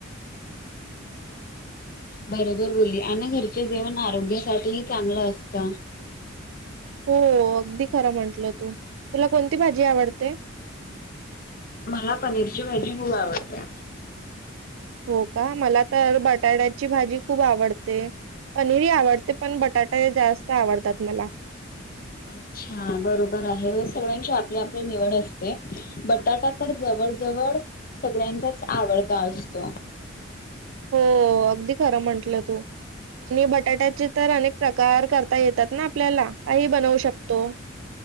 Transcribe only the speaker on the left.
बरोबर बोली आणि घरच जेवण आरोग्यासाठीही चांगलं असतं
मला पनीरची भाजी खूप आवडते
अच्छा बरोबर आहे सगळ्यांची आपली आपली निवड असते बटाटा तर जवळ जवळ सगळ्यांचाच आवडता असतो